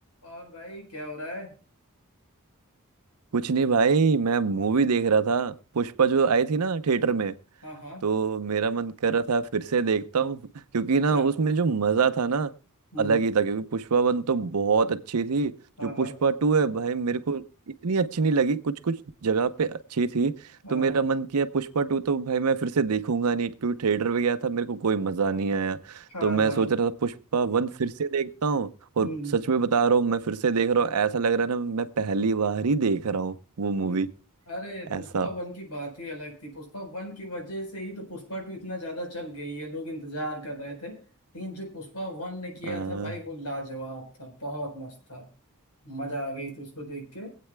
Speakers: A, on the left; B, on the right.
A: और भाई क्या हो रहा है
B: कुछ नहीं भाई मैं मूवी देख रहा था पुष्पा जो आई थी ना थिएटर में
A: हाँ हाँ
B: तो मेरा मन कर रहा था फिर से देखता हूँ क्योंकि
A: अच्छा
B: ना उसमें
A: हम्म
B: जो मजा था ना
A: हम्म,
B: अलग ही था क्योंकि पुष्पा वन तो बहुत अच्छी थी
A: हाँ
B: जो पुष्पा
A: हाँ
B: टू है भाई मेरे को इतनी अच्छी नहीं लगी कुछ कुछ जगह पे अच्छी थी
A: हाँ
B: तो मेरा मन किया पुष्पा टू तो भाई मैं फिर से देखूंगा नहीं क्योंकि थिएटर में गया था मेरे को कोई मजा नहीं आया
A: हाँ
B: तो मैं
A: हाँ
B: सोच रहा था पुष्पा वन फिर से देखता हूँ और
A: हम्म हम्म
B: सच में बता रहा हूँ मैं फिर से देख रहा हूँ ऐसा लग रहा है ना मैं पहली बार ही देख रहा हूँ वो मूवी
A: हम्म। अरे
B: ऐसा
A: पुष्पा वन की बात ही अलग थी पुष्पा वन की वजह से ही तो पुष्पा टू इतना ज्यादा चल गई है लोग इंतजार कर रहे थे लेकिन जो पुष्पा वन ने किया
B: हाँ
A: था भाई वो लाजवाब था बहुत मस्त था मजा आ गई थी उसको देख के